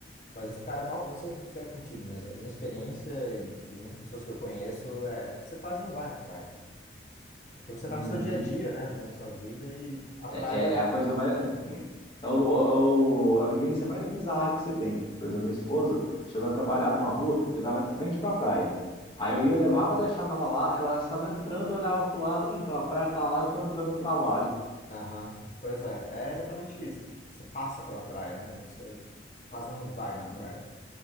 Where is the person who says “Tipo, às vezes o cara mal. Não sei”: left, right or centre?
Left